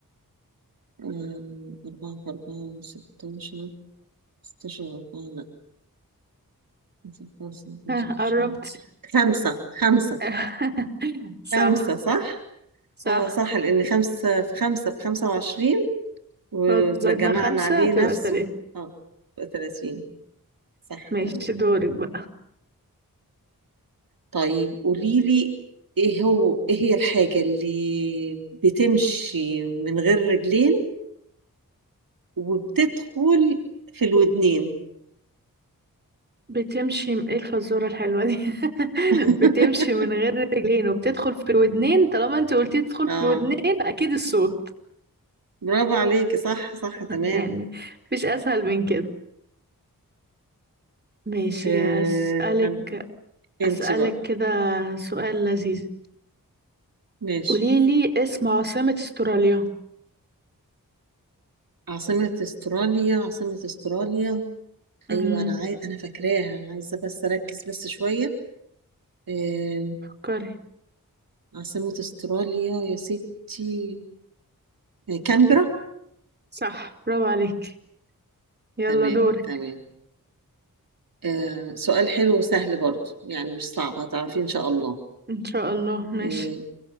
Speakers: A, on the right (about 70°); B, on the right (about 30°).
A: آم، أربعة في أربعة ستاشر ستاشر أربعة لأ خمسة في خمسة خمسة
B: ها
A: وعشرين
B: قربت
A: خمسة خمسة
B: <laughs> صح
A: خمسة صح؟
B: صح
A: اه صح لأن خمسة في خمسة بخمسة وعشرين ولو
B: لو زودنا
A: جمعنا
B: خمسة
A: عليه
B: هتبقى
A: نفسه
B: تلاتة
A: اه بقى تلاتين صح
B: ماشي
A: تمام
B: دورك
A: طيب قولي لي ايه هو ايه هي الحاجة اللي بتمشي من غير رجلين وبتدخل في الودنين
B: بتمشي م- ايه الفزورة الحلوة دي <laughs>
A: <laughs>
B: بتمشي من غير رجلين وبتدخل في الودنين طالما انت قلتي تدخل
A: اه
B: في الودنين اكيد الصوت
A: برافو عليكي صح صح تمام
B: يعني مفيش اسهل من كده ماشي
A: آه
B: هسألك
A: انا انت
B: أسألك
A: بقى
B: كده سؤال لذيذ
A: ماشي
B: قوليلي اسم عاصمة استراليا
A: عاصمة استراليا عاصمة استراليا
B: امم
A: ايوه انا عاي... انا فاكراها انا عايزة بس اركز بس شوية آه
B: فكري
A: عاصمة استراليا يا ستي آه، كامبرا
B: صح برافو عليك يلا
A: تمام
B: دورك
A: تمام آه، سؤال حلو وسهل برضو يعني مش صعب هتعرفيه إن شاء الله
B: ان شاء الله ماشي
A: آه،